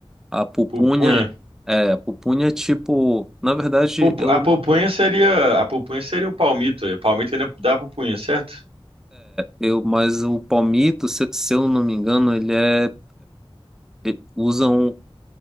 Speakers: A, in the centre; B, on the right.
A: A pupunha
B: Pupunha.
A: é, a pupunha é tipo, na verdade,
B: Pupu-
A: eu,
B: A pupunha seria, a pupunha seria o palmito. O palmito ainda dá pupunha, certo?
A: eu, mas o palmito, se, se eu não me engano, ele é, ele usa um-